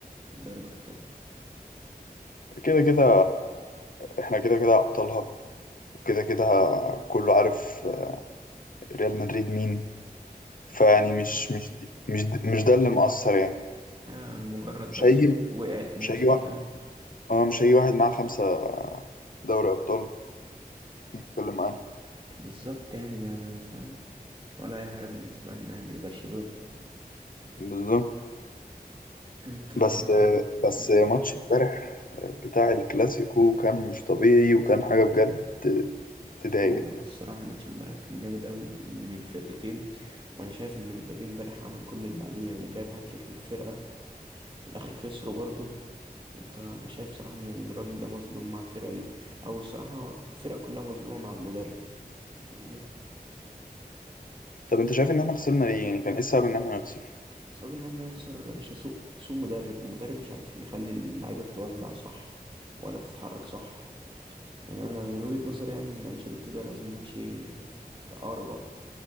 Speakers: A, on the right (about 30°); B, on the left (about 60°).
A: من دوري الأبطال
B: كده كده احنا كده كده ابطالها وكده كده كله عارف ريال مدريد مين فيعني
A: ايوه
B: مش مش مش مش ده اللي مؤثر يعني
A: ايوه مجرد
B: مش
A: بس
B: هيجي
A: وقعت موسم
B: مش هيجي واحد
A: فاهم
B: اه مش هيجي واحد معاه خمسة دوري ابطال يتكلم معانا
A: بالظبط يعني ده فاهم ولا اي حاجة بالنسبة لنا يعني لبرشلونة
B: بالظبط
A: طب انت ايه
B: بس بس
A: ايه
B: ماتش امبارح بتاع الكلاسيكو كان مش طبيعي وكان حاجة بجد تضايق
A: اه الصراحة الماتش امبارح كان جامد قوي ب- من الفرقتين وانا شايف ان مبابي امبارح عمل كل اللي عليه يعني جايب هاتريك للفرقة وفي الاخر خسروا برضه انت انا شايف صراحة ان الراجل ده مظلوم مع الفرقة دي او الصراحة الفرقة كلها مظلومة مع المدرب فاهمني
B: طب انت شايف ان احنا خسرنا ليه يعني كان ايه السبب ان احنا نخسر
A: صعب ان احنا نخسر يا باشا سوق سوق مدرب مدرب مش عارف يخلي اللعيبه تتوزع صح ولا تتحرك صح يعني انا من وجهه نظري يعني ان انشيلوتي ده لازم يمشي في اقرب وقت